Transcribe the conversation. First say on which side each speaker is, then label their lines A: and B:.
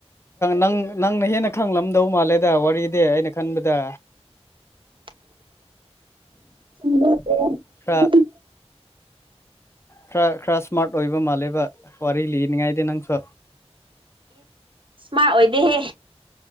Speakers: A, on the left (about 25°); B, on the right (about 50°).
A: ꯅꯪ ꯅꯪꯅ ꯍꯦꯟꯅ ꯈꯪꯂꯝꯗꯧ ꯃꯥꯜꯂꯦꯗ ꯋꯥꯔꯤꯗꯤ ꯑꯩꯅ ꯈꯟꯕꯗ
B: <unintelligible> ꯆꯗꯦ
A: ꯈꯔ ꯈꯔ ꯈꯔ ꯏꯁꯃꯥꯔꯠ ꯑꯣꯏꯕ ꯃꯥꯜꯂꯦꯕ ꯐꯔꯂꯤ ꯅꯤꯡꯉꯥꯏꯗ ꯅꯪꯁꯨ
B: ꯁꯃꯥꯏ ꯑꯣꯏꯗꯦꯍꯦ